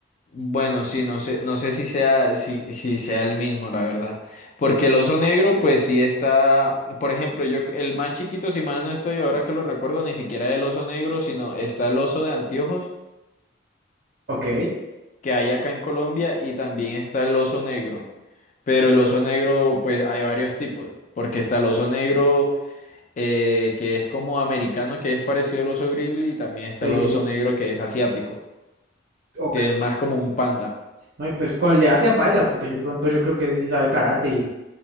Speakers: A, on the left; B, on the right.
A: bueno, sí, no sé, no sé si sea, si, si sea el mismo, la verdad. Porque el oso negro, pues sí está, por ejemplo, yo, el más chiquito, si mal no estoy, ahora que lo recuerdo, ni siquiera el oso negro, sino está el oso de anteojos
B: Ok,
A: que hay acá en Colombia y también está el oso negro. Pero el oso negro, pues hay varios tipos, porque está el oso negro eh, que es como americano, que es parecido al oso grizzly, y también está
B: sí,
A: el oso negro que es asiático,
B: ok.
A: que es más como un panda.
B: No, y pues con el de Asia paila, porque yo pronto yo creo que sí sabe karate. <laughs> y-